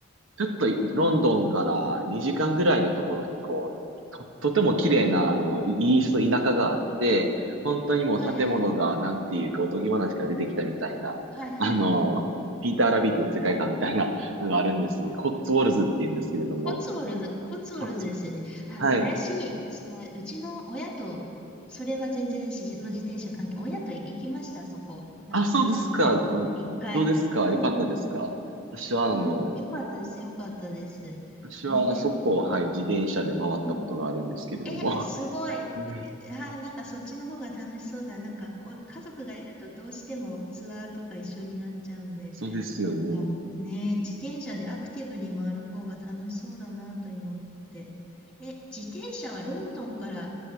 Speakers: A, on the right; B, in the centre.
A: ちょっといロンドンから2時間ぐらいのところにこう、と、とても綺麗なあの、イイギリスの田舎があって、本当にもう建物がなんていうかおとぎ話から出てきたみたいな、
B: はいはい。はいはい。
A: あの、ピーター・ラビットの世界観みたいなのがあるんですね。
B: こ、
A: コッツウォルズって言うんですけれども。
B: うんコツウォルズ、コツウォルズですよね。
A: コッツ
B: あ、
A: はい。
B: 私、その、うちの親と、それは全然私の自転車関係、親と行きました、そこ。なんかツアーみたいな。
A: あ、そうですか。あの、
B: 一回。
A: どうですかよかったですか私はあの、
B: うんうん。うん。よかったです、よかったです。
A: 私はあそこを、
B: ね、と思って。
A: はい、自転車で回ったことがあるんですけれども。
B: うん。え、すごい。
A: うん
B: あなんかそっちの方が楽しそうだ。なんかお、家族がいるとどうしてもツアーとか一緒になっちゃうんで、
A: そうですよね。
B: なんかね、自転車でアクティブに回る方が楽しそうだなと今思って。え、自転車はロンドンから